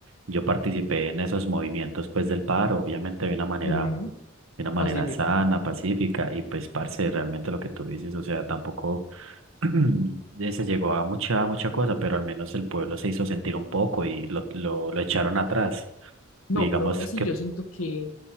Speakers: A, on the right; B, on the left.
A: Yo participé en esos movimientos pues del paro, obviamente de una manera,
B: ujú,
A: de una manera
B: pacífica.
A: sana, pacífica y pues parce, realmente lo que tú dices, o sea, tampoco <clears throat> eh, se llegó a mucha, mucha cosa, pero al menos el pueblo se hizo sentir un poco y lo, lo, lo echaron atrás.
B: No,
A: Digamos
B: pero aún así
A: que
B: yo siento que